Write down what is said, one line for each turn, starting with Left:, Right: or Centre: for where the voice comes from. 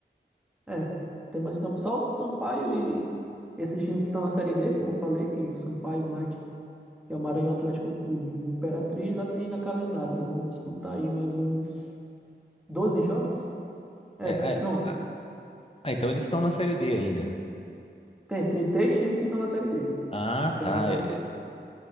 Centre: É, tem mais campo. Só o Sampaio e esses times que estão na Série D, como eu falei, que o Sampaio, o MAC, que é o Maranhão Atlético Clube e o Imperatriz, já tem na calendário. Ainda vamos disputar aí mais uns 12 jogos? É,
Left: É, ah, é,
Centre: não,
Left: ah, ah, então eles estão na Série D ainda.
Centre: tem, tem três times que estão na Série D,
Left: Ah,
Centre: que
Left: tá.
Centre: é o Sam-
Left: é- é,